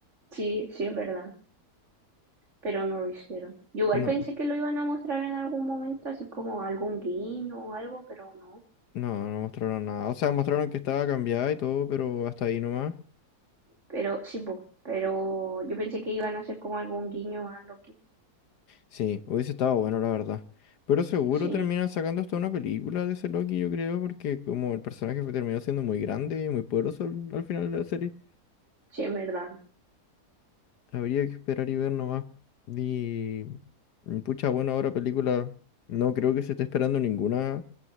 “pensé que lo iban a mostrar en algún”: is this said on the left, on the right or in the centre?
Right